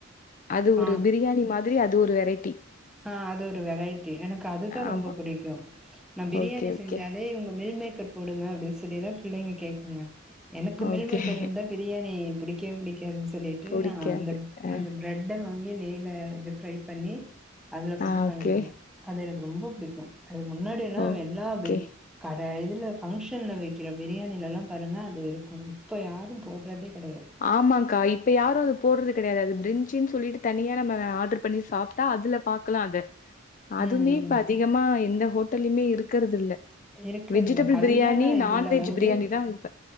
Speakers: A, on the left (about 40°); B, in the centre.
A: அது ஒரு
B: ஆ
A: பிரியாணி மாதிரி அது ஒரு வெரைட்டி
B: ஆ அது ஒரு வெரைட்டி எனக்கு அதுதா
A: ஆமா
B: ரொம்ப பிடிக்கும் நா பிரியாணி
A: ஓகே ஓகே
B: செஞ்சாலே இவங்க மில் மேக்கர் போடுங்க அப்படின்னு சொல்லிதா பிள்ளைங்க கேக்குங்க எனக்கு மில்
A: ஓகே
B: மேக்கர் இருந்தா பிரியாணி பிடிக்கவே பிடிக்காதுன்னு சொல்லிட்டு
A: புடிக்காது
B: நா அந்த
A: அ
B: அந்த பிரெட் பிரெட்ட வாங்கி நெய்ல இது ஃப்ரை பண்ணி அதுல போட்டு
A: ஆ
B: கலந்துருவே
A: ஓகே
B: அது எனக்கு ரொம்ப புடிக்கும் அது முன்னாடில்லா
A: ஓகே
B: எல்லா வெ கட இதில ஃபங்க்ஷன்ல வெக்கிற பிரியாணிலலா பாருங்க அது இருக்கும் இப்போ யாரும் போடுறதே கெடையாது
A: ஆமாக்கா இப்ப யாரும் அது போறது கெடையாது அது பிரஞ்ச்சின் சொல்லிட்டு தனியா நம்ம ஆர்டர் பண்ணி சாப் அதுல பாக்கலா அத அதுமே
B: ம் ம்
A: இப்ப அதிகமா எந்த ஹோட்டலயுமே இருக்கறது இல்ல
B: இருக்குறது
A: வெஜிடபிள்
B: இல்ல கல்யாண
A: பிரியாணி நான்வெஜ்
B: இதுல வந்து
A: பிரியாணி தான் இப்ப